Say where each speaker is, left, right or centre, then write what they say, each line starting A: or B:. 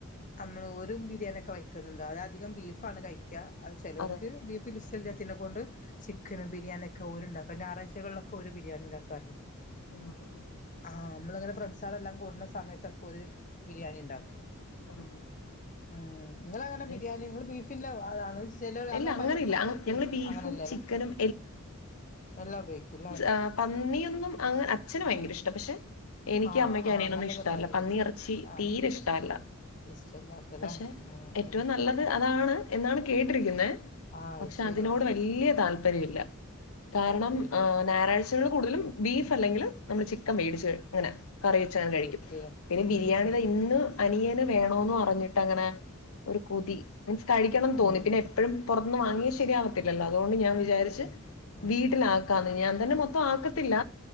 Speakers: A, on the left (about 35°); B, on the left (about 75°).
A: നമ്മള് ഓരുംബിരിയാണി ഒക്കെവെക്കലിണ്ടോഅത്അധികം ബീഫാണ്കഴി ക്കാ അത് ചെലോര്ക്ക്
B: അതെ
A: ബീഫില് ഇഷ്ട്ടയില്ലാത്തോ നെ കൊണ്ട് ചിക്കനും ബിരിയാണിയൊക്കെ ഒര് ഇണ്ടാക്കും ഞായറഴ്കളിലൊക്കെ ഓര് ബിരിയാണി ഉണ്ടാക്കാറുണ്ട്
B: ആ അഹ്‌
A: ആ നമ്മളിങ്ങനെ ഫ്രണ്ട്സാളെല്ലാം കൂടണ സമയത്തൊക്കെ ഓര് ബിരിയാണി ഇണ്ടാക്കും
B: ആഹ്
A: ആ ഇങ്ങളെ എങ്ങനെ
B: പിന്നെ
A: ബിരിയാണി ഇങ്ങള് ബീഫില്ലോ അതാണ് ചിലര്അങ്ങനെ
B: ഇല്ല അങ്ങനെയില്ല
A: പലർക്കും പലടേസ്റ്റ്
B: ഞങ്ങള് ബീഫും
A: അങ്ങനില്ലല്ലോ
B: ചിക്കനും
A: എല്ലാ ബേക്കില്ലേ
B: ആ പന്നിയൊന്നും അങ്ങഅ അച്ഛനും ഭയങ്കര ഇഷ്ടാ പക്ഷെ എനിക്കുംഅമ്മയ്ക്കും
A: ആഹ് ആഹ്
B: അനിയനൊന്നും
A: അങ്ങനത്
B: ഇഷ്ടല്ല
A: എല്ലാരും ഉപയോഗിക്കും
B: പന്നി എറച്ചി
A: ആഹ്
B: തീരെ ഇഷ്ടല്ല
A: ഇഷ്ടല്ലാത്തല്ലേ
B: പക്ഷെ
A: ഉം
B: ഏറ്റവും
A: ഉം
B: നല്ലത് അതാണ് എന്നാണ് കേട്ടിരിക്കുന്നെ
A: ആഹ് അത്
B: പക്ഷെ
A: ശരിയാ
B: അതിനോട് വാല്ല്യതാല്പര്യമില്ല കാരണം
A: താല്പര്യല്ലല്ലേ
B: ആഹ് ഞായറാഴ്ചകൾ കൂടുതലും ബീഫ് അല്ലെങ്കിൽ നമ്മള് ചിക്കൻ മേടിച്ച് അങ്ങനെ കറിവെച്ചാ
A: ഉപയോഗിക്കൂല
B: ഞാൻ കഴിക്കും പിന്നെ ബിരിയാണിയിതാ
A: ഉം ഉം
B: ഇന്ന് അനിയന് വേണോന്ന് അറിഞ്ഞിട്ട് അങ്ങനെ ഒരു കുതി മീൻസ് കഴിക്കണംന്ന്
A: അതന്നെ
B: തോന്നി പിന്നെ എപ്പോഴും പൊറത്തുനിന്ന് വാങ്ങിയ ശരിയാവത്തില്ലല്ലോ അതുകൊണ്ട് ഞാൻ
A: അത്
B: വിചാരിച്ച്
A: ശരിയാ ഉം
B: വീട്ടിലാക്കാന്ന് ഞാൻ അതന്നെ മൊത്തം ആക്കത്തില്ല